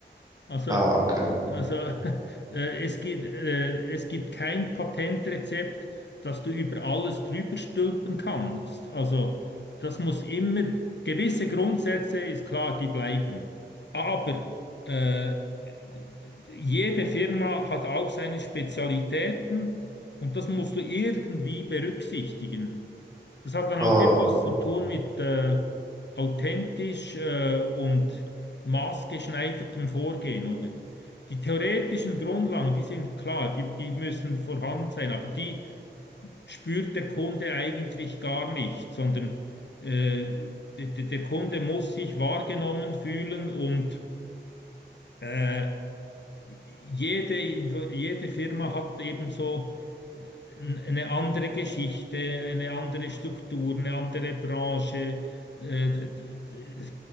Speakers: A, on the left (about 70°); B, on the right (about 20°).
A: Also,
B: Ah, okay.
A: also <laughs> äh, es gibt, äh, es gibt kein Patentrezept, das du über alles drüber stülpen kannst. Also das muss immer, gewisse Grundsätze ist klar, die bleiben. Aber äh, d- d- jede Firma hat auch seine Spezialitäten und das musst du irgendwie berücksichtigen. Das hat dann
B: Ah,
A: auch etwas zu tun mit äh, authentisch äh, und maßgeschneidertem Vorgehen, oder? Die theoretischen Grundlagen, die sind klar, die, die müssen vorhanden sein, aber die spürt der Kunde eigentlich gar nicht, sondern äh, der, der Kunde muss sich wahrgenommen fühlen und äh, jede, jede Firma hat eben so äh, eine andere Geschichte, eine andere Struktur, eine andere Branche. Äh, d- d- d-